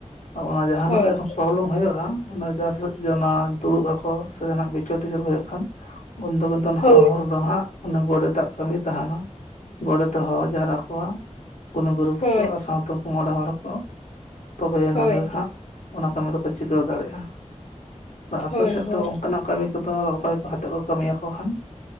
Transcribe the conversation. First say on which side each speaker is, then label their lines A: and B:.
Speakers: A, on the left (about 80°); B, on the left (about 55°).
A: ᱟᱨ ᱚᱱᱟ ᱡᱟᱦᱟᱸ
B: ᱦᱳᱭ
A: ᱱᱟᱜ ᱡᱚᱠᱷᱚᱱ ᱯᱨᱚᱵᱚᱞᱚᱢ ᱦᱩᱭᱩᱜ-ᱟ ᱚᱱᱟ ᱡᱟᱥ ᱥᱟᱹᱜ ᱡᱮ ᱚᱱᱟ ᱫᱩᱲᱩᱵ ᱟᱠᱚ ᱥᱮ ᱡᱟᱦᱟᱸ ᱱᱟᱜ ᱵᱤᱪᱟᱹᱨ ᱴᱤᱪᱟᱹᱨ ᱠᱚ ᱦᱩᱭᱩᱜ ᱠᱷᱟᱱ ᱩᱱᱫᱚ ᱠᱤᱱᱛᱩ
B: ᱦᱳᱭ
A: ᱦᱚᱦᱚ ᱦᱚᱨ ᱫᱚ ᱦᱟᱸᱜ, ᱚᱱᱟ ᱜᱚᱰᱮᱛ ᱟᱜ ᱠᱟᱹᱢᱤ ᱛᱟᱦᱮᱱᱟ ᱜᱚᱰᱮᱛ ᱮ ᱦᱚᱦᱚ ᱡᱟᱣᱨᱟ ᱠᱚᱣᱟ᱾ ᱜᱩᱱᱩ <inaudible>
B: ᱦᱳᱭ
A: ᱠᱚ ᱟᱨ ᱥᱟᱶᱛᱮ ᱩᱱᱠᱩ ᱢᱚᱬᱮ ᱦᱚᱲ ᱠᱚ ᱛᱚᱵᱮ ᱭᱮᱱᱟᱝ
B: ᱦᱳᱭ
A: ᱜᱮ ᱦᱟᱸᱜᱼᱼ ᱚᱱᱟ ᱠᱟᱹᱢᱤ ᱫᱚᱠᱚ ᱪᱤᱠᱟᱹᱣ ᱫᱟᱲᱮᱜ-ᱟ ᱟᱻ ᱟᱯᱮ
B: ᱦᱳᱭ
A: ᱥᱮᱜ
B: ᱦᱳᱭ
A: ᱫᱚ ᱚᱱᱠᱟ ᱱᱟᱜᱼᱼ ᱠᱟᱢᱤ ᱠᱚᱫᱚ ᱚᱠᱚᱭ ᱠᱚ ᱦᱟᱛᱮᱜ ᱠᱚ ᱠᱟᱹᱢᱤ ᱭᱟᱠᱚ ᱠᱷᱟᱱ?